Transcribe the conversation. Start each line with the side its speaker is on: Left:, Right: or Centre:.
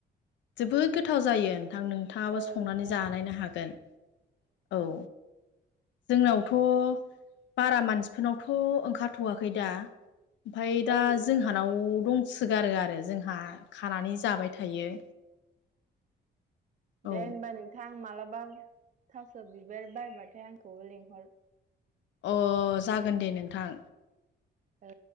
Left: जोबोद गोथाव जायो नोंथां, नोंथाङाबो
Right: औ
Left: संनानै
Right: जायो
Left: जानायनो
Right: जायो
Left: हागोन औ। जोंनावथ' बारा मानसिफोरनावथ' ओंखारथ'वाखै दा ओमफ्राय दा
Right: औ ओंखाराखै
Left: जोंहानाव दं सोगारो आरो जोंहा खानानै जाबाय थायो। औ
Right: दे होनबा नोंथां मालाबा थास' बिबार बारबाथाय आंखौबो लेंहर ।
Left: अ जागोन दे नोंथां
Right: औ